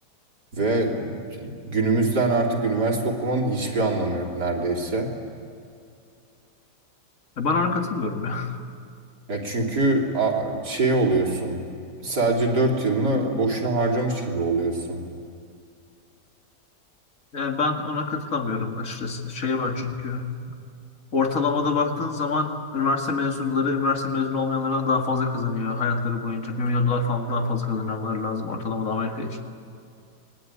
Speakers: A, on the right (about 70°); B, on the left (about 50°).
A: ve günümüzden artık üniversite okumanın hiçbir anlamı yok neredeyse.
B: E, Ben ona katılmıyorum ya. <laughs>
A: Ya çünkü a- şey oluyorsun. Sadece 4 yılını boşuna harcamış gibi oluyorsun.
B: Yani ben ona katılamıyorum açıkçası. Şey var çünkü. Ortalamada baktığın zaman üniversite mezunları üniversite mezunu olmayanlardan daha fazla kazanıyor hayatları boyunca. 1 milyon dolar falan daha fazla kazanmaları lazım ortalamada Amerika için.